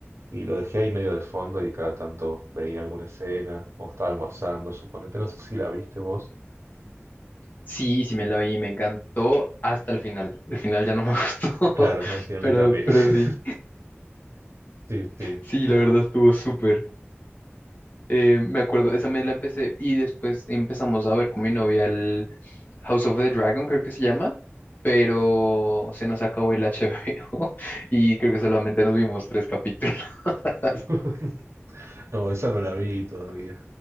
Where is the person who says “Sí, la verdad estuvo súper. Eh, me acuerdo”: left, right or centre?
Left